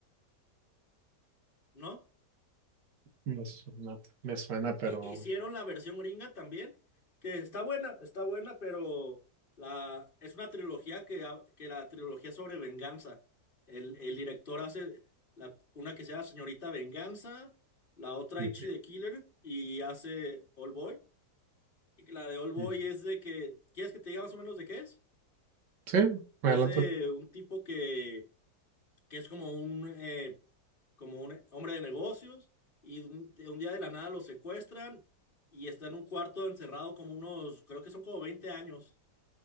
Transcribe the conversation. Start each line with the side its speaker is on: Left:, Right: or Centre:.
Left: ¿no?
Right: Me suena, me suena, pero...
Left: Y- Hicieron la versión gringa también, que está buena, está buena, pero la, es una trilogía que, ha- que la trilogía sobre venganza. El, el director hace la, una que se llama Señorita Venganza, la otra
Right: Ujú.
Left: Ichi the Killer y hace All Boy. Y que la de All Boy
Right: Mm.
Left: es de que, ¿quieres que te diga más o menos de qué es?
Right: Sí, adelante.
Left: Es de un tipo que, que es como un eh, como un hombre de negocios y un, de un día de la nada lo secuestran y está en un cuarto encerrado como unos, creo que son como 20 años.